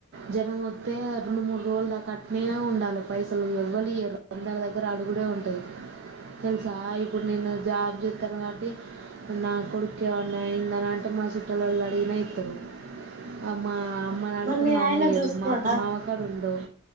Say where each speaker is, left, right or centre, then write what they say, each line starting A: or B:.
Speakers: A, on the right; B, on the right.
A: జ్వరం వస్తే రెండు మూడు రోజులు దాక అట్నే ఉండాలి పైసలు ఎవ్వలియారు అందరి దగ్గర అడుగుడే ఉంటుంది తెలుసా ఇప్పుడు నేను జాబ్ చెస్తాన కాబట్టి నా కొడుకు ఏమన్నా అయిందనీ అంటే మా చుట్టలళ్ళు అడిగిన ఇతారు అమ్మ అమ్మని అడిగితే
B: మరి మీ
A: మా
B: ఆయన
A: అమ్మయీయదు
B: చూసుకోడా
A: మా అత మామ కాడా ఉండవు